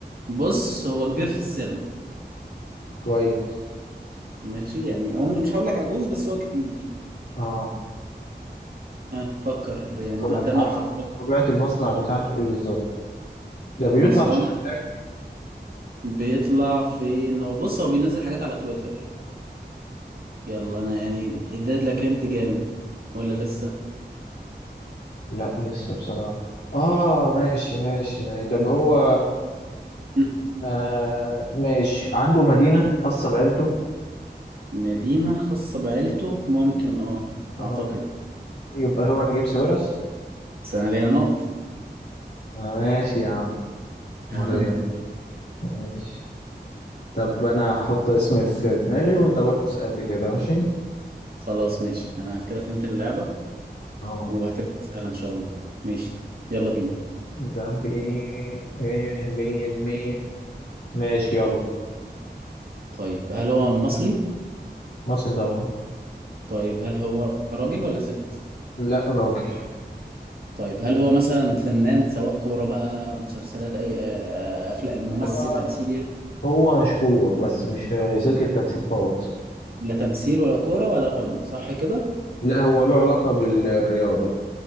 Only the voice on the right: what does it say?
بص هو كبير في السن
ماشي يعني هو مش هقول لك عجوز بس هو كبير
ها فكر يعني
ما ده
مم. ما فكر
<laughs> مصانع
بيطلع فين هو بص هو بينزل حاجات على تويتر يلا انا يعني اديت لك انت جامد ولا لسه
مم.
مدينة خاصة بعيلته ممكن اه
اعتقد
بس انا ليا نقط
<laughs>
خلاص ماشي انا كده فهمت اللعبة
وهتبقى سهلة ان شاء الله ماشي يلا بينا
طيب هل هو مصري
طيب هل هو راجل ولا ست
طيب هل هو مثلا فنان سواء كورة بقى مسلسلات أي آه، أفلام ممثل
تمثيل يعني
لا تمثيل ولا كورة ولا غنى صح كده؟